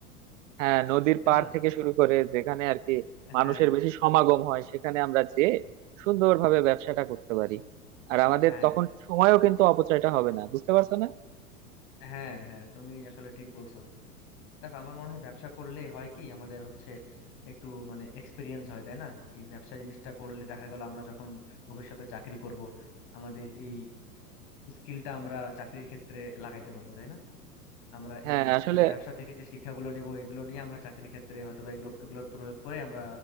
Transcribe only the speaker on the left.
তাই
না
হ্যাঁ
হ্যাঁ
হ্যাঁ হ্যাঁ তুমি আসলে ঠিক বলছো দেখো আমার মনে হয় ব্যবসা করলে হয় কি আমাদের হচ্ছে একটু মানে এক্সপিরিয়েন্স হয় তাই না এই ব্যবসা জিনিসটা করলে দেখা গেল আমরা যখন ভবিষ্যতে চাকরি করব আমাদের এই স্কিলটা আমরা চাকরির ক্ষেত্রে লাগাইতে পারবো তাই না আমরা
এই
বে- ব্যবসা থেকে যে শিক্ষাগুলো নিব এগুলো নিয়ে আমরা চাকরি ক্ষেত্রে হয়তো বা এগুলো এগুলোর প্রয়োগ করে আমরা